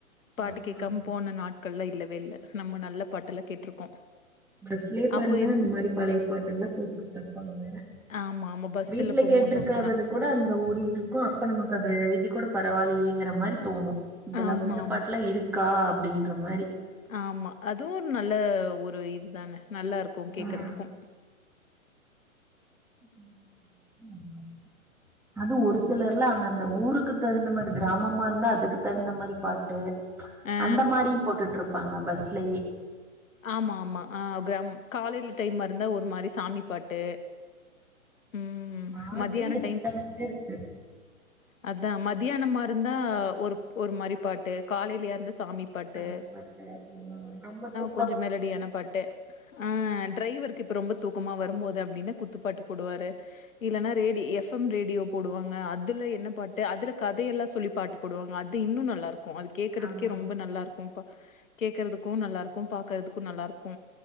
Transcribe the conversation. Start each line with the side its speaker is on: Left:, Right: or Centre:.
Left: பாட்டு
Centre: ம்
Left: கேட்காம போன நாட் கள்லா இல்லவே இல்ல நம்ம நல்ல பாட்டல கேட்ருக்கோ
Centre: பஸ்லே பாருங்க
Left: அப்ப இரு
Centre: இந்த மாரி பழைய பாட்டெல்லா போட்டுட்டு இருப்பாங்க
Left: ஆமா ஆமா பஸ்ஸுல
Centre: வீட்ல
Left: போம்போது
Centre: கேட்டுருக்காதது
Left: அப்டிதா
Centre: கூட அங்க ஓடிட்டுருக்கு இப்ப நமக்கு அது இது கூட பரவால்லயே எங்கற மாரி தோணு இதெல்லா
Left: ஆமா
Centre: அப் இந்த
Left: ஆமா
Centre: பாட்டெல்லா இருக் கா அப்டின்ற மாரி
Left: ஆமா அதுவு நல்ல ஒரு இதுதான நல்லாருக்கு கேக்கறதுக்கு
Centre: ம் ம் ம்ஹும் அது ஒரு சிலர்ல அந்த அந்த ஊருக்கு தகுந்த மாரி கிராமமாருந்தா அதுக்கு தகுந்த மாரி பாட் டு
Left: ஆ
Centre: அந்த மாரியு போட்டுட்டு இருப்பாங்க பஸ்லயே
Left: ஆமாமா ஆ கிரா காலையில டைம்மாருந்தா ஒரு மாரி சாமி பாட்டு ம்
Centre: <inaudible> பாட்டுல்ல
Left: மதியான
Centre: எத்தனையோருக்கு
Left: அதா மத்தியானமாருந்தா ஒரு ஒரு மாரி பாட்டு காலையிலேருந்த சாமி பாட்டு
Centre: சாமி பாட்டு அ அம்பத்தோ
Left: கொஞ்சோ மெலடியான பாட்டு அ டிரைவருக்கு இப்போ ரொம்ப தூக்கமா வரும்போது அப்படின்னா குத்துப்பாட்டு போடுவாரு இல்லன்னா ரேடியோ எஃப் எம் ரேடியோ போடுவாங்க அதுல என்ன பாட்டு அதுல கதையெல்லா சொல்லி பாட்டு போடுவாங்க தி இன்னு நல்லாருக்கு அது கேக்குறதுக்கே
Centre: ஆமா.
Left: ரொம்ப நல்லாருக்கு கேக்குறதுக்கு நல்லாரு க்கு பாக்கறதுக்கு நல்லாருக்கு